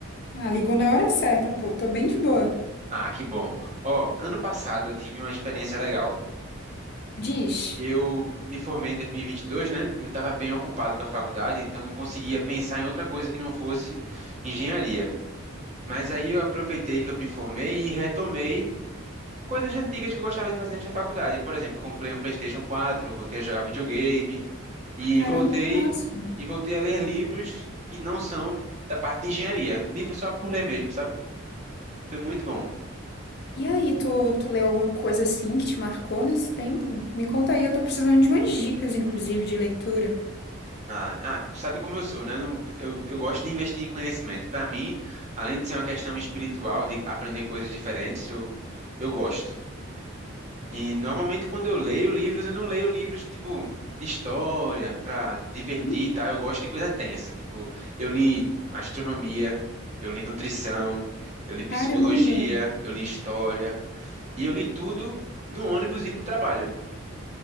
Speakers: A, on the left; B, on the right.
A: Ah, ligou na hora certa, pô. Tô bem de boa.
B: Ah, que bom. Ó, ano passado eu tive uma experiência legal.
A: Diz.
B: Eu me formei em 2022, né? Eu tava bem ocupado com a faculdade, então não conseguia pensar em outra coisa que não fosse engenharia. Mas aí eu aproveitei que eu me formei e retomei coisas antigas que eu gostava de fazer antes da faculdade. Por exemplo, eu comprei um PlayStation 4, voltei a jogar videogame e
A: Caramba,
B: voltei
A: que massa.
B: e voltei a ler livros que não são da parte de engenharia, livros só por ler mesmo, sabe? Foi muito bom.
A: E aí, tu, tu leu alguma coisa assim que te marcou nesse tempo? Me conta aí, eu tô precisando de umas dicas, inclusive, de leitura.
B: Ah, ah, tu sabe como eu sou, né? Não- Eu, eu gosto de investir em conhecimento. Para mim, além de ser uma questão espiritual, de aprender coisas diferentes, eu, eu gosto. E normalmente quando eu leio livros, eu não leio livros tipo de história pra divertir
A: Hum?
B: e tal. Eu gosto de coisa densa. Tipo, eu li astronomia, eu li nutrição, eu li psicologia,
A: Caramba.
B: eu li história. E eu li tudo no ônibus indo pro trabalho.